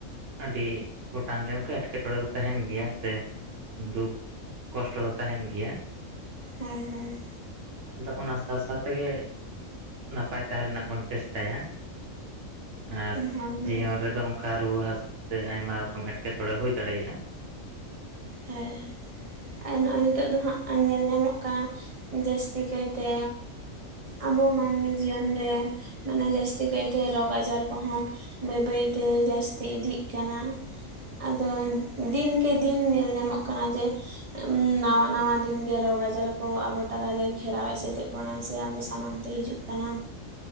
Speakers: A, on the right; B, on the right.
A: ᱟᱹᱰᱤ ᱜᱚᱴᱟᱝ ᱜᱮ ᱚᱝᱠᱮ ᱮᱴᱠᱮᱴᱚᱬᱮ ᱫᱚ ᱛᱟᱦᱮᱱ ᱜᱮᱭᱟ ᱥᱮ ᱫᱩᱠ ᱠᱚᱥᱴᱚ ᱫᱚ ᱛᱟᱦᱮᱱ ᱜᱮᱭᱟ,
B: ᱦᱟᱭ ᱦᱟᱭ
A: ᱟᱫᱚ ᱚᱱᱟ ᱥᱟᱶ ᱥᱟᱶ ᱛᱮᱜᱮ ᱱᱟᱯᱟᱭ ᱛᱟᱦᱮᱸ ᱨᱮᱱᱟᱜ ᱵᱚᱱ ᱪᱮᱥᱴᱟᱭᱟ ᱟᱨ
B: ᱦᱳᱭ
A: ᱡᱤᱭᱚᱱ ᱨᱮᱫᱚ ᱚᱱᱠᱟ ᱨᱩᱣᱟᱹ <inaudible> ᱥᱮ ᱟᱭᱢᱟ ᱨᱚᱠᱚᱢ ᱮᱴᱠᱮᱴᱚᱬᱮ ᱦᱩᱭ ᱫᱟᱲᱮᱭᱟᱜᱼᱟ᱾
B: ᱦᱮᱸ, ᱟᱨ ᱱᱚᱜᱼᱚᱭ ᱱᱤᱛᱚᱜ ᱫᱚ ᱦᱟᱸᱜ ᱧᱮᱞ ᱧᱟᱢᱚᱜ ᱠᱟᱱᱟ ᱡᱟᱹᱥᱛᱤ ᱠᱟᱭᱛᱮ, ᱟᱵᱚ ᱢᱟᱹᱱᱢᱤ ᱡᱤᱭᱚᱱ ᱨᱮ ᱢᱟᱱᱮ ᱡᱟᱹᱥᱛᱤ ᱠᱟᱭᱛᱮ ᱨᱳᱜᱽ ᱟᱡᱟᱨ ᱠᱚᱦᱚᱸ, ᱵᱟᱹᱭ ᱵᱟᱹᱭᱛᱮ ᱡᱟᱹᱥᱛᱤ ᱤᱫᱤᱜ ᱠᱟᱱᱟ ᱟᱫᱚ ᱫᱤᱱᱠᱮ ᱫᱤᱱ ᱧᱮᱞ ᱧᱟᱢᱚᱜ ᱠᱟᱱᱟ ᱡᱮ, ᱱᱟᱣᱟ ᱱᱟᱣᱟ ᱫᱤᱱᱜᱮ ᱨᱳᱜᱽ ᱟᱡᱟᱨ ᱠᱚ ᱟᱵᱚ ᱛᱟᱞᱟᱨᱮ ᱜᱷᱮᱨᱟᱣ ᱮᱥᱮᱫᱮᱜ ᱵᱚᱱᱟ ᱥᱮ ᱟᱵᱚ ᱥᱟᱢᱟᱝ ᱛᱮ ᱦᱤᱡᱩᱜ ᱠᱟᱱᱟᱢ